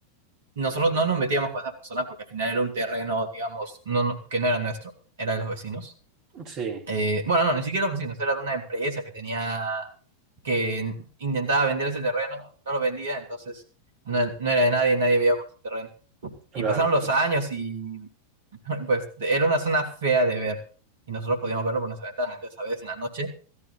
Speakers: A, on the right; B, on the right.
A: nosotros no nos metíamos con esas personas porque al final era un terreno, digamos, no- no- que no era nuestro, era de los vecinos.
B: Sí,
A: Eh, bueno, no, ni siquiera los vecinos, era de una empresa que tenía, que intentaba vender ese terreno, no lo vendía, entonces no, no era de nadie, nadie veía por ese terreno.
B: claro,
A: Y pasaron los
B: sí.
A: años y <laughs> pues era una zona fea de ver y nosotros podíamos verlo por nuestra ventana. Entonces, a veces en la noche